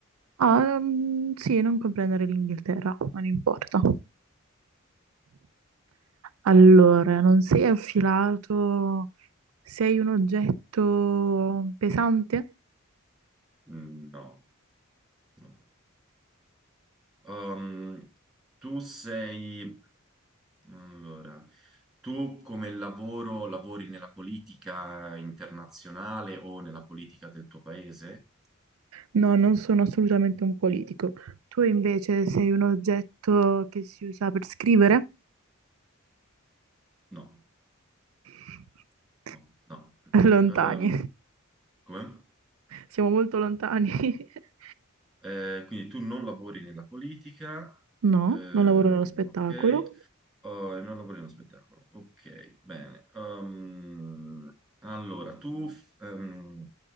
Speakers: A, on the right; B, in the centre.
A: Ah, ehm, sì, non comprendere l'Inghilterra, non importa. Allora, non sei affilato, sei un oggetto pesante?
B: Mm, No, no. Um, tu sei... Allora, tu come lavoro lavori nella politica internazionale o nella politica del tuo paese?
A: No, non sono assolutamente un politico. Tu invece sei un oggetto che si usa per scrivere?
B: No,
A: <laughs>
B: no, no.
A: Lontani.
B: Um, come?
A: Siamo molto lontani. <laughs>
B: Eh, quindi tu non lavori nella politica,
A: No,
B: ehm,
A: non lavoro nello spettacolo.
B: ok. Oh, è un capolino spettacolo. Ok, bene. Ehm, allora, tu f- ehm,